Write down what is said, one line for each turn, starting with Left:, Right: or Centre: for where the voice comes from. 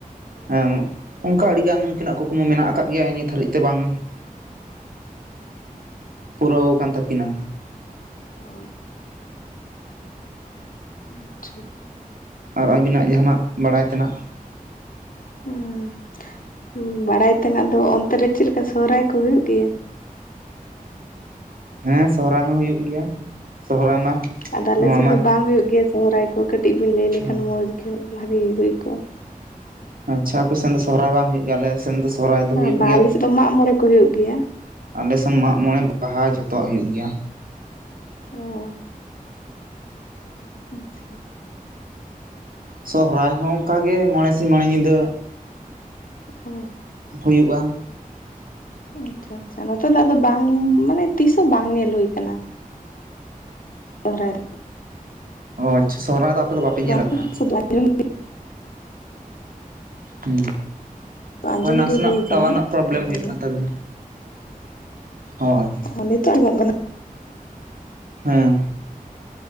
Right: ᱦᱸ ᱚᱱᱠᱟ ᱟᱹᱰᱤᱜᱟᱱ ᱩᱱᱠᱤᱱᱟᱜ ᱠᱩᱠᱢᱩ ᱢᱮᱱᱟᱜ ᱟᱠᱟᱫ ᱜᱮᱭᱟ ᱱᱤᱛ ᱦᱟᱹᱨᱤᱡ ᱛᱮ ᱵᱟᱝ ᱯᱩᱨᱟᱹᱣ ᱟᱠᱟᱱ ᱛᱟᱹᱠᱤᱱᱟ
Left: ᱚ <unintelligible>
Right: ᱟᱨ ᱟᱹᱵᱤᱱᱟᱜ ᱡᱟᱦᱟᱱᱟᱜ ᱵᱟᱲᱟᱭ ᱛᱮᱱᱟᱜ
Left: ᱩᱸ ᱵᱟᱲᱟᱭ ᱛᱮᱱᱟᱜ ᱫᱚ ᱚᱱᱛᱮ ᱨᱮ ᱪᱮᱫᱞᱮᱠᱟ ᱥᱚᱦᱨᱟᱭ ᱠᱚ ᱦᱩᱭᱩᱜ ᱜᱮᱭᱟ
Right: ᱦᱮᱸ ᱥᱚᱦᱨᱟᱭ ᱦᱚᱸ ᱦᱩᱭᱩᱜ ᱜᱮᱭᱟ ᱥᱚᱦᱨᱟᱭ ᱢᱟ
Left: ᱟᱫᱚ ᱟᱞᱮᱥᱮᱫ
Right: ᱱᱚᱣᱟ ᱢᱟ
Left: ᱫᱚ ᱵᱟᱝ ᱦᱩᱭᱩᱜ ᱜᱮᱭᱟ ᱥᱚᱦᱚᱨᱟᱭ ᱠᱚ ᱠᱟᱹᱴᱤᱡ ᱵᱮᱱ ᱞᱟᱹᱭ ᱞᱮᱠᱷᱟᱱ
Right: ᱟᱪᱪᱷᱟ
Left: ᱢᱚᱸᱡᱽ ᱜᱮ ᱵᱷᱟᱜᱤ ᱦᱩᱭ ᱠᱚᱜᱼᱟ
Right: ᱟᱪᱪᱷᱟ ᱟᱯᱮ ᱥᱮᱱ ᱫᱚ ᱥᱚᱦᱨᱟᱭ ᱵᱟᱝ ᱦᱩᱭᱩᱜ ᱜᱮᱭᱟ ᱟᱞᱮ ᱥᱮᱱ ᱫᱚ ᱥᱚᱦᱨᱟᱭ ᱫᱚ
Left: ᱵᱟᱝ
Right: ᱦᱩᱭᱩᱜ
Left: ᱵᱟᱝ ᱟᱞᱮᱥᱮᱫ ᱫᱚ ᱢᱟᱜ ᱢᱚᱬᱮ ᱠᱚ ᱦᱩᱭᱩᱜ ᱜᱮᱭᱟ
Right: ᱟᱞᱮᱥᱮᱱ ᱢᱟᱜ ᱢᱚᱬᱮ ᱵᱟᱦᱟ ᱡᱷᱚᱛᱚᱣᱟᱜ ᱦᱩᱭᱩᱜ ᱜᱮᱭᱟ
Left: ᱚᱻ ᱟᱪᱪᱷᱟ
Right: ᱥᱚᱦᱨᱟᱭ ᱦᱚᱸ ᱚᱱᱠᱟ ᱜᱮ ᱢᱚᱬᱮ ᱥᱤᱧ ᱢᱚᱬᱮ ᱧᱤᱫᱟᱹ
Left: ᱚ
Right: ᱦᱩᱭᱩᱜᱼᱟ
Left: ᱟᱪᱪᱷᱟ ᱟᱪᱪᱷᱟ ᱱᱚᱛᱮ ᱫᱚ ᱟᱫᱚ ᱵᱟᱝ ᱢᱟᱱᱮ ᱛᱤᱥ ᱦᱚᱸ ᱵᱟᱝ ᱧᱮᱞ ᱦᱩᱭ ᱠᱟᱱᱟ ᱥᱚᱦᱨᱟᱭ ᱫᱚ
Right: ᱚ ᱟᱪᱪᱷᱟ ᱥᱚᱦᱨᱟᱭ ᱫᱚ ᱟᱯᱮ ᱫᱚ ᱵᱟᱯᱮ ᱧᱮᱞ
Left: ᱵᱟᱝ
Right: ᱠᱟᱜᱼᱟ
Left: <inaudible>
Right: ᱦᱮᱸ
Left: ᱟᱸᱡᱚᱢ
Right: ᱦᱳᱭ ᱱᱟᱥᱮᱱᱟᱜ
Left: ᱜᱮ ᱦᱩᱭ ᱟᱠᱟᱱᱟ
Right: ᱴᱟᱣᱟᱨ ᱨᱮᱱᱟᱜ ᱯᱨᱚᱵᱞᱮᱢ
Left: ᱚᱱᱟᱜᱮ
Right: ᱦᱩᱭᱩᱜ ᱠᱟᱱ ᱛᱟᱵᱤᱱᱟ ᱦᱚᱭ
Left: ᱦᱚᱸ ᱱᱤᱛᱚᱜ ᱟᱱᱡᱚᱢᱚᱜ ᱠᱟᱱᱟ
Right: ᱦᱮᱸ